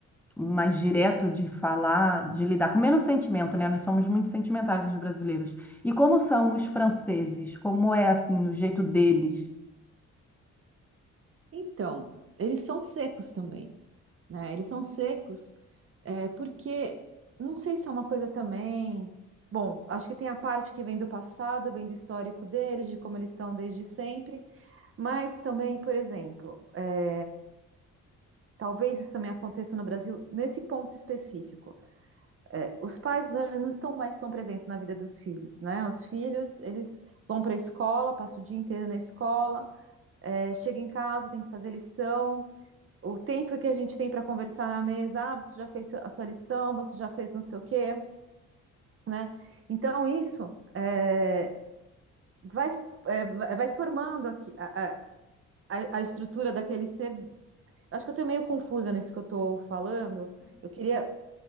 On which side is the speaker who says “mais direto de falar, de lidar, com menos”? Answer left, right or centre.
Centre